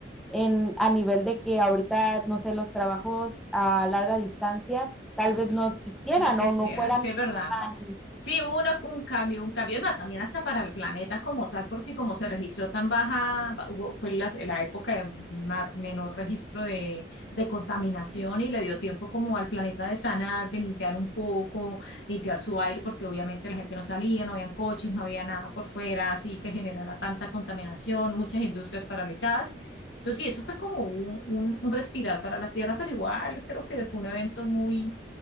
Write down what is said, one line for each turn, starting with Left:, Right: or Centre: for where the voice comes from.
Centre: en, a nivel de que ahorita, no sé, los trabajos a larga distancia tal
Left: sí,
Centre: vez
Left: no
Centre: no
Left: sé.
Centre: existieran
Left: No sé
Centre: o
Left: si
Centre: no
Left: eran,
Centre: fueran
Left: sí es verdad.
Centre: tan,
Left: Sí, hubo una- un cambio, un cambio, además también hasta para el planeta como tal, porque como se registró tan baja, ba- hubo- fue la, la época de mar- menor registro de, de contaminación y le dio tiempo como al planeta de sanar, de limpiar un poco, limpiar su aire, porque obviamente la gente no salía, no habían coches, no había nada por fuera, así que generara tanta contaminación, muchas industrias paralizadas. Entonces, sí, eso fue como un, un- un respirar para la Tierra, pero igual creo que fue un evento muy,